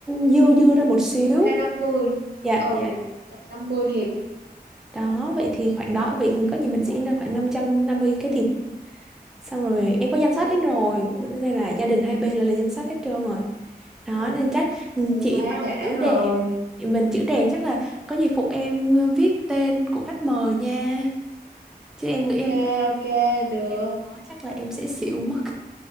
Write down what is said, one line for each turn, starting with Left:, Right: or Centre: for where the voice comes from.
Centre: dư dư ra một xíu
Right: dư ra 50
Centre: dạ
Right: ừ
Centre: dạ
Right: tầm 50 thiệp
Centre: đó vậy thì khoảng đó vậy có gì mình sẽ in ra khoảng năm năm trăm năm mươi cái thịt xong rồi em có danh sách
Right: ừ.
Centre: hết rồi bữa nay là gia đình hai bên là lên danh sách hết trơn rồi đó nên chắc ừ, chị
Right: quá
Centre: Mai
Right: đã
Centre: chữ
Right: rồi
Centre: đẹp Chị mình chữ đẹp chắc là có gì phụ em viết tên của khách mời nha chứ em
Right: ok
Centre: em thấy
Right: ok được
Centre: em đó chắc là em sẽ xỉu mất